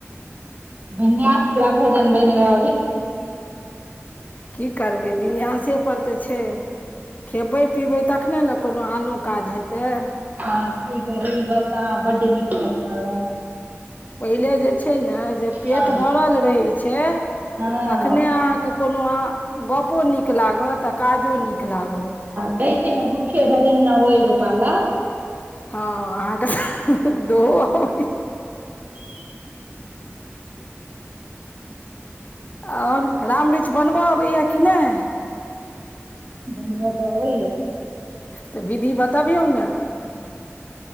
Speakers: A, on the right; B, on the left.
A: भन्यस वला भोजन बनि रहल <unintelligible> <inaudible>
B: की करबै विनायासे पर तऽ छै खेबै पिबै तखने ने कोनो आनो काज हेतै
A: हँ इ इ गप त अहा बड निक कहलु है
B: पहिले जे छै ने जे पेट
A: हँ
B: भरल रहैत छै
A: हँ
B: तखने अहाँके कोनो अह गपो नीक लागत आ काजो नीक लागत
A: ह च ने बूखे भजन ना होय गोपाला
B: हँ अहाँके त दो अब
A: <inaudible>
B: आओर राम रुचि बनबऽ अबैया कि नहि
A: बनबा तऽ अबैय
B: तऽ विधि बतबियौ ने